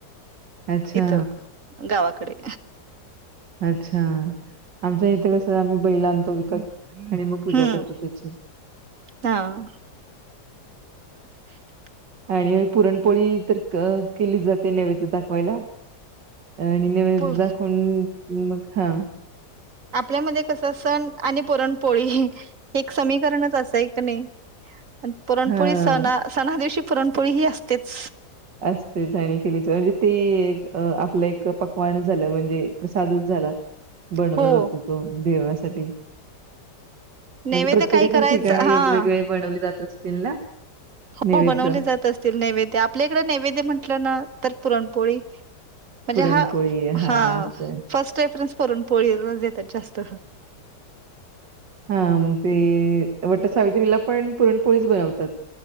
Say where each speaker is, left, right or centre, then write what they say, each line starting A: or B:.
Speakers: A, on the right (about 90°); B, on the right (about 50°).
A: अच्छा
B: इथं गावाकडे.
A: अच्छा, आमच्या इथे कसं आम्ही बैल आणतो विकत आणि मग पूजा
B: हं,
A: करतो त्याची.
B: हां. <inaudible>
A: आणि पुरणपोळी तर क केली जाते, नैवेदय दाखवायला. अं आणि नीवेद
B: पु
A: दाखवून मग हां.
B: आपल्यामध्ये कस सण आणि पुरणपोळी <inaudible> हे एक समीकरणच अस हाय का नाही? आणि पुरणपोळी
A: हा
B: सणा सणा दिवशी पुरणपोळी ही असतेच.
A: असतेच आणि केली तं म्हणजे ते आपलं एक पकवानच झालं, म्हणजे प्रसादच झा झाला बनवला
B: हो
A: जातो तो देवासाठी म्हणजे
B: नैवेद्य
A: प्रत्येकाच्या
B: काही करायचं
A: ठिकाणी
B: हा
A: वेगवेगळे बनवले जात असतील ना? नैवेद्य.
B: हो बनवले जात असतील नैवेद्य, आपल्या इकडे नैवेद्य म्हटलं ना, तर पुरणपोळी. म्हणजे
A: पुरणपोळी
B: हा
A: हां
B: हं
A: असं.
B: फर्स्ट रेफरन्स पुरण पोळीलाच देतात जास्त.
A: हा मग ते वट सावित्रीला पण पुरणपोळीच बनवतात.